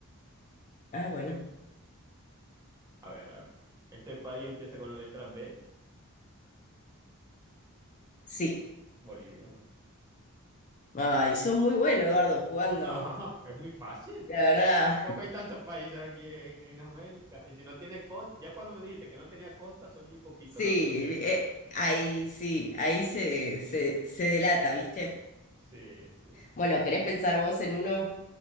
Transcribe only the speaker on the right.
A ver, a ver. Este país empieza con la letra B.
Bolivia, ¿no?
No, <laughs> es muy fácil.
Tampoco hay tantos países aquí en, en América. Y si no tiene costa, ya cuando me dijiste que no tenía costa, son muy poquitos
los que no tienen costa.
Sí, sí.